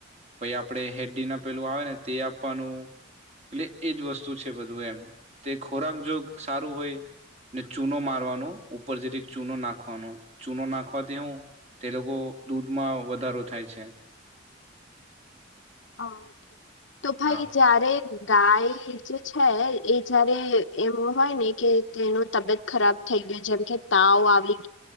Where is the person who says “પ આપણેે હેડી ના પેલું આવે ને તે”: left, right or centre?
Right